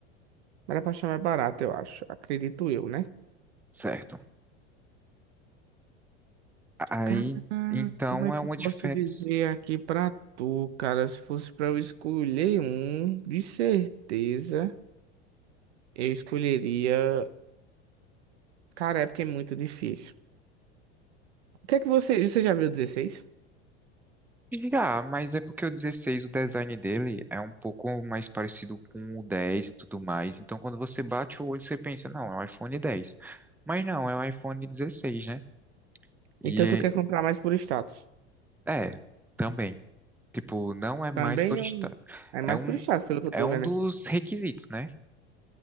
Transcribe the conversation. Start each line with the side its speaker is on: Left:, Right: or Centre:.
Right: Mas é pra achar mais barato, eu acho. Acredito eu, né?
Centre: certo. Aí,
Right: Cara,
Centre: então
Right: como é que
Centre: é uma
Right: eu
Centre: diferença.
Right: posso dizer aqui pra tu, cara? Se fosse pra eu escolher um, de certeza eu escolheria. Cara, é porque é muito difícil. O que é que você. Você já viu o 16?
Centre: Já, mas é porque o 16, o design dele é um pouco mais parecido com o 10 e tudo mais. Então, quando você bate o olho, você pensa, não, é um iPhone 10. Mas não, é um iPhone 16, né? E
Right: Então tu quer comprar mais por status?
Centre: é, é, também. Tipo, não é mais
Right: Também
Centre: por
Right: eu...
Centre: status.
Right: é mais
Centre: É um,
Right: por status, pelo que eu
Centre: é
Right: tô
Centre: um
Right: vendo
Centre: dos
Right: aqui.
Centre: requisitos, né?